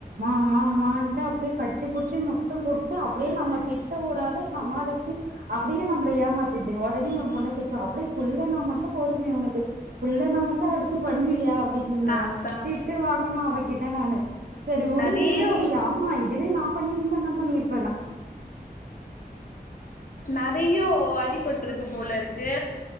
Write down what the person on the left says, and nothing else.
அதா
நெறையோ
நெறையோ அடிபட்ருக்கு போல இருக்கு